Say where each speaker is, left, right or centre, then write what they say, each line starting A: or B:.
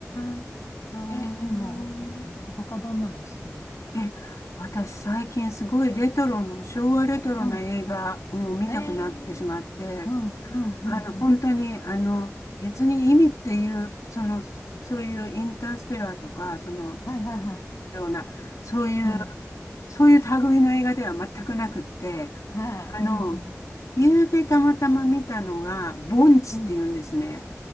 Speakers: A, on the left; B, on the left.
A: あ。うーん
B: え、でも、ほ他どんなのお好きですか
A: え、私最近すごいレトロの、昭和レトロな映画を見たくなってしまって、
B: あ、へえ、うん、うん、うん、
A: あの、
B: うん。
A: 本当に、あの、別に意味っていう、その、そそういうインターステラーとか、その、
B: はいはいはい。
A: ような、そういう、
B: うん、
A: そういう類の映画では全くなくって、
B: はい、
A: あの、
B: うん、う
A: 夕べたまたま見たのが、盆地っていうんですね。
B: ん、うん。